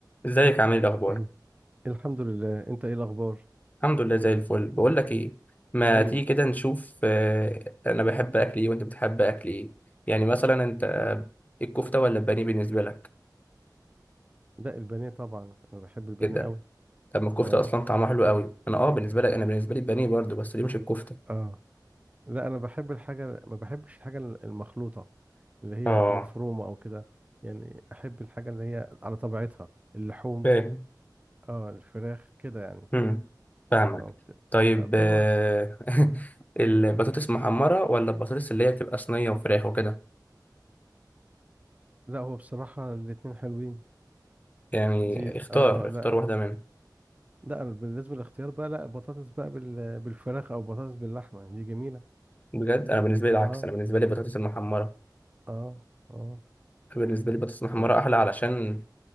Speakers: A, on the left; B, on the right.
A: ازيك عامل ايه الاخبار
B: مهم. الحمد لله انت ايه الاخبار
A: الحمد لله زي الفل بقول لك ايه ما
B: ايوه
A: تيجي كده نشوف آه، انا بحب اكل ايه وانت بتحب اكل ايه يعني مثلا انت آه، الكفته ولا البانيه بالنسبه لك
B: لا البانيه طبعا انا بحب البانيه
A: كده
B: قوي
A: طب ما الكفته
B: اه
A: اصلا طعمها حلو قوي انا اه بالنسبه لك انا بالنسبه لي البانيه برضو بس ليه مش الكفته
B: اه لا انا بحب الحاجه ما بحبش الحاجه المخلوطه اللي هي
A: اه
B: مفرومه او كده يعني احب الحاجه اللي هي على طبيعتها اللحوم
A: فاهم
B: اه الفراخ كده يعني
A: امم فاهمك
B: اه, بت...
A: طيب
B: آه كل
A: آه،
B: واحد
A: <laughs> البطاطس
B: مم.
A: محمره ولا البطاطس اللي هي بتبقى صينيه وفراخ وكده
B: لا هو بصراحه الاتنين حلوين
A: يعني
B: دي
A: اختار
B: اه
A: اختار
B: لا
A: واحده منهم
B: لا أنا بالنسبه للاختيار بقى لا بطاطس بقى بال... بالفراخ او بطاطس باللحمه دي جميله
A: بجد انا بالنسبه لي العكس
B: اه
A: انا بالنسبه لي البطاطس المحمره
B: اه اه
A: بالنسبة لي بطاطس محمرة
B: طب
A: أحلى علشان